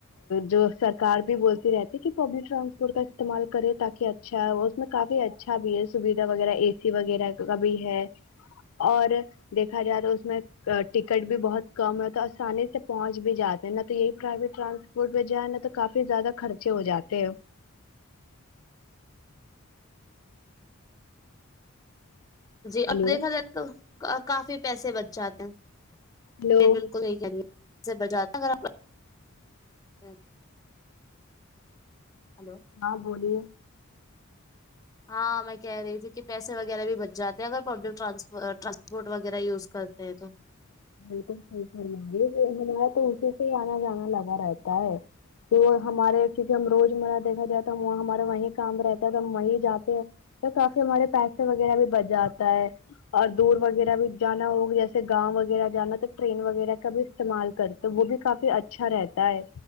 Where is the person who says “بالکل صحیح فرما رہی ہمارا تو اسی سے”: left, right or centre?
Left